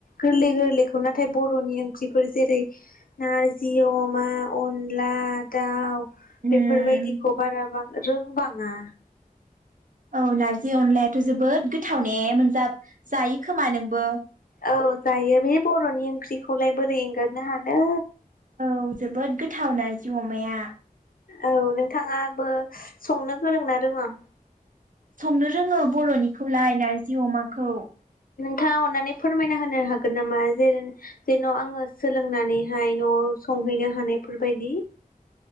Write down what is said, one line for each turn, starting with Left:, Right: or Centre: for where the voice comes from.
Left: गोरलै गोरलै खौ नाथाय बर'नि ओंख्रिफोर जेरै नाजि अमा, अनला दाउ
Right: उम
Left: बेफोरबायदिखौ बारा रोंबाङा
Right: औ नारजि अनलायाथ' जोबोद गोथाव ने मोनजा जायो खोमा नोंबो?
Left: औ जायो बे बर'नि ओंख्रिखौलाय बोरै एंगारनो हानो।
Right: औ जोबोद गोथाव नारजि अमाया।
Left: औ नोंथाङाबो संनो गोरों ना रोङा?
Right: संनो रोङो बर'निखौलाय नारजि अमाखौ।
Left: था अननानै फोरमायना होनो हागोन नामा? जे-जेन' आङो सोलोंनानैहाय न'आव संहैनो हानायफोर बायदि।